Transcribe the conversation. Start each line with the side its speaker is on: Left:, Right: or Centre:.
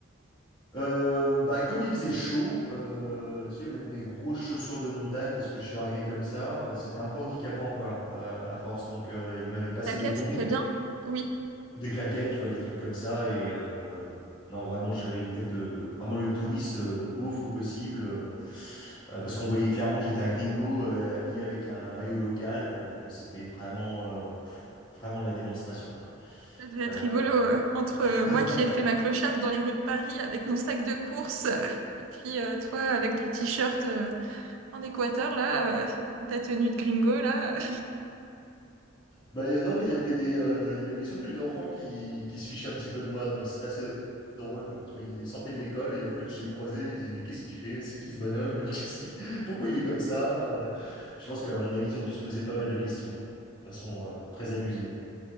Left: Euh, bah, comme il faisait chaud, euh, tu sais, mettre mes grosses chaussures de montagne parce que je suis arrivé comme ça, euh, c'était un peu handicapant, quoi, euh, à force. Donc, euh, il m'avait passé
Right: T'inquiète,
Left: des tongs.
Right: c'est très bien. Oui,
Left: Des claquettes, tu vois, des trucs comme ça. Et euh, euh, non, vraiment, j'avais une tête de vraiment le touriste euh, beauf au possible, euh, euh, parce qu'on voyait clairement que j'étais un gringo euh, habillé avec un maillot local. Euh, bon, c'était vraiment, euh, pff, vraiment la démonstration, quoi.
Right: ça devait être
Left: Euh,
Right: rigolo euh, entre euh,
Left: <laughs>
Right: moi qui ai fait ma clocharde dans les rues de Paris avec mon sac de course <laughs> euh, et puis euh, toi avec ton t-shirt euh, en Équateur là, euh, ta tenue de gringo là. euh,
Left: Bah, y a- non, mais il y avait des, euh, il y avait surtout les enfants qui, qui se fichaient un petit peu de moi, donc c'était assez drôle, quoi. Tu vois, ils sortaient de l'école et en fait, je les croisais, ils disaient, mais qu'est-ce qu'il fait? C'est qui ce bonhomme? Qu'est-ce qui, <laughs> pourquoi il est comme ça? Euh, Je pense qu'à mon avis, ils ont dû se poser pas mal de questions, quoi. De façon, euh, très amusée.